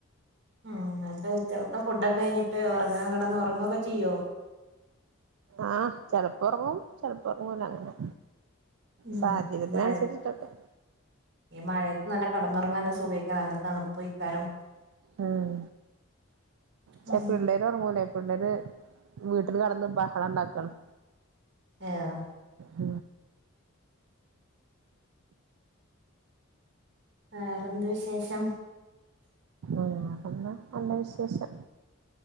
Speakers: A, on the right; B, on the right.
A: ഉം എന്ന ഉച്ചകത്തെ ഫുഡൊക്കെ കഴിഞ്ഞിട്ട് ഉറങ്ങാ കിടന്ന് ഉറങ്ങുവൊക്കെ ചെയ്യോ
B: ആഹ ചെിലപ്പോ ഉറങ്ങും ചെിലപ്പോ ഉറങ്ങല അങ്ങനെ
A: ഉം
B: സാഹചര്യത്തിനനുസരിച്ചിട്ടൊക്കെ
A: ഈ മഴ ഈ മഴയത്ത് നല്ല കടന്നുറങ്ങാനൻല്ല സുഖക്കാ നല്ല തണുപ്പ് വഴിക്കാരും
B: ഉം ചെപ്പ
A: ഉം
B: പിള്ളേര് ഉറങ്ങൂല ണ്ടേന് വീട്ടില് കടന്ന് ബഹളം ഉണ്ടാക്കണം
A: ആഹ
B: അ
A: വേറെന്ത് വിശേഷം
B: ആ ഒന്ന നല്ല വിശേഷം